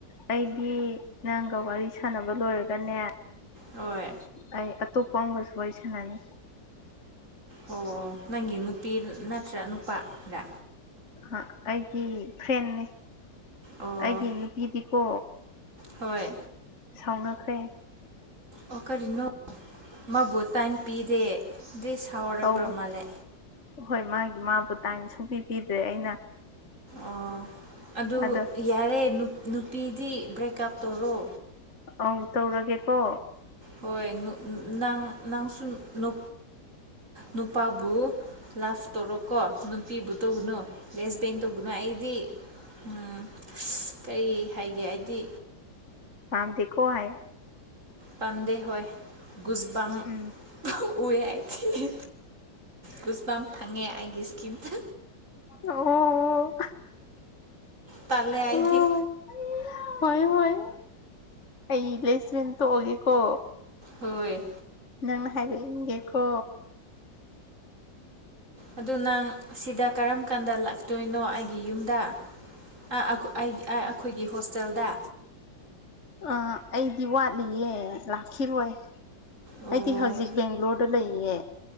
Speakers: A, on the left; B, on the right.
A: ꯑꯩꯗꯤ ꯅꯪꯒ ꯋꯥꯔꯤ ꯁꯥꯟꯅꯕ ꯂꯣꯏꯔꯒꯅꯦ
B: ꯍꯣꯏ
A: ꯑꯩ ꯑꯇꯣꯞꯄ ꯑꯝꯒꯁꯨ ꯋꯥꯔꯤ ꯁꯥꯟꯅꯅꯤ
B: ꯑꯣ ꯅꯪꯒꯤ ꯅꯨꯄꯤ ꯅꯠꯇ꯭ꯔ ꯅꯨꯄꯥꯔ
A: ꯑ ꯑꯩꯒꯤ ꯐ꯭ꯔꯦꯟꯅꯦ
B: ꯑꯣ
A: ꯑꯩꯒꯤ ꯅꯨꯄꯤꯗꯤꯀꯣ
B: ꯍꯣꯏ
A: ꯁꯥꯎꯅꯈ꯭ꯔꯦ
B: ꯑꯣ ꯀꯔꯤꯅꯣ ꯃꯥꯕꯨ ꯇꯥꯏꯝ ꯄꯤꯗꯦꯗꯤ ꯁꯥꯎꯔꯕ꯭ꯔꯃꯥꯜꯂꯦ
A: ꯑꯧ ꯍꯣꯏ ꯃꯥꯒꯤ ꯃꯥꯕꯨ ꯇꯥꯏꯝ ꯁꯨꯡꯄꯤꯄꯤꯗ꯭ꯔꯦ ꯑꯩꯅ
B: ꯑꯣ ꯑꯗꯨ
A: ꯑꯗ
B: ꯌꯥꯔꯦ ꯅꯨꯞ ꯅꯨꯄꯤꯗꯤ ꯕ꯭ꯔꯦꯛꯀꯞ ꯇꯧꯔꯣ
A: ꯑꯧ ꯇꯧꯔꯒꯦꯀꯣ
B: ꯍꯣꯏ ꯅꯪ ꯅꯪꯁꯨ ꯅꯨ ꯅꯨꯄꯥꯕꯨ ꯂꯞ ꯇꯧꯔꯣꯀꯣ ꯅꯨꯄꯤꯕꯨ ꯇꯧꯕꯅꯨ ꯂꯦꯁꯕꯦꯟ ꯇꯧꯕꯅꯨ ꯑꯩꯗꯤ ꯎꯝ ꯑꯁ ꯀꯔꯤ ꯍꯥꯏꯒꯦ ꯍꯥꯏꯗꯤ
A: ꯄꯥꯝꯗꯦꯀꯣ ꯍꯥꯏꯌꯦ
B: ꯄꯝꯗꯦ ꯍꫭꯏ ꯒꯨꯏꯕꯥꯝ
A: ꯎꯝ
B: ꯇꯧꯋꯦ ꯑꯩꯗꯤ ꯒꯨꯁꯕꯥꯝ ꯐꯪꯉꯦ ꯑꯩꯥꯒꯤ ꯏꯁꯀꯤꯝꯗ
A: ꯑꯣ
B: ꯇꯜꯂꯦ ꯑꯩꯗꯤ
A: ꯍꯣꯏ ꯍꯣꯏ ꯍꯣꯏ ꯑꯩ ꯄ꯭ꯂꯦꯁꯃꯦꯟ ꯇꫭꯛꯑꯒꯦꯀꯣ
B: ꯍꯣꯏ
A: ꯅꯪꯅ ꯍꯥꯏꯕ ꯏꯟꯒꯦꯀꯣ
B: ꯑꯗꯨ ꯅꯪ ꯁꯤꯗ ꯀꯔꯝ ꯀꯥꯟꯗ ꯂꯥꯛꯇꯣꯏꯅꯣ ꯑꯩꯒꯤ ꯌꯨꯝꯗ ꯑ ꯑꯈꫭꯏ ꯑꯩꯒꯤ ꯑꯥ ꯑꯩꯈꯣꯏꯒꯤ ꯍꯣꯁꯇꯦꯜꯗ
A: ꯑ ꯑꯩꯗꯤ ꯋꯥꯠꯂꯤꯌꯦ ꯂꯥꯛꯈꯤꯔꯣꯏ
B: ꯑꯣ
A: ꯑꯩꯗꯤ ꯍꯧꯖꯤꯛ ꯕꯦꯡꯒ꯭ꯂꯣꯔ ꯗ ꯂꯩꯌꯦ